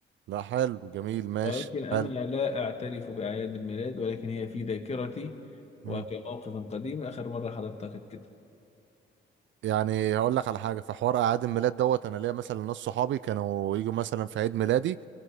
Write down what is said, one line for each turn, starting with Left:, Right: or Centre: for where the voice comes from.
Right: لا حلو جميل ماشي
Left: ولكن انا
Right: حلو
Left: لا اعترف باعياد الميلاد ولكن هي في ذاكرتي وكموقف
Right: مم.
Left: قديم اخر مره حضرتها كانت كده
Right: يعني هقول لك على حاجه في حوار اعياد الميلاد دوت انا ليا مثلا ناس صحابي كانوا يجوا مثلا في عيد ميلادي